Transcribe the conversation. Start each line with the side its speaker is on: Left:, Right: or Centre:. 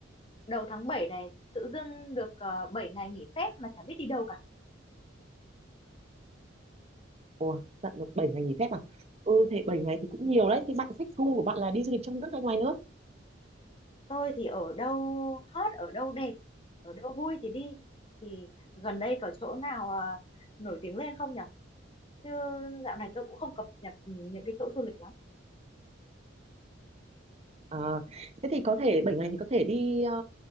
Left: đầu tháng 7 này tự dưng được uh, 7 ngày nghỉ phép mà chả biết đi đâu cả.
Right: ủa tận được 7 ngày nghỉ phép à ừ thế 7 ngày thì cũng nhiều đấy thì bạn thích gu của bạn là đi du lịch trong nước hay ngoài nước
Left: Tôi thì ở đâu hot, ở đâu đẹp, ở đâu vui thì đi. Thì gần đây có chỗ nào ờ, nổi tiếng lên không nhở? Chứ dạo này tôi cũng không cập nhật ừ, những cái chỗ du lịch lắm.
Right: à, thế thì có thể 7 ngày thì có thể đi ờ,